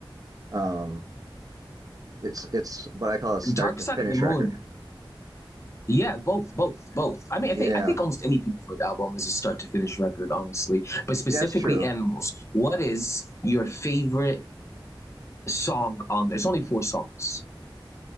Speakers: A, on the right; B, on the left.
A: Um, it's it's what I call a start
B: Dark
A: to
B: Side
A: finish
B: of the Moon.
A: record.
B: Yeah, both, both, both. I mean,
A: Yeah,
B: I think I think almost any Pink Floyd album is a start to finish record, honestly. But specifically
A: that's true.
B: animals. What is your favorite song on there? It's only four songs,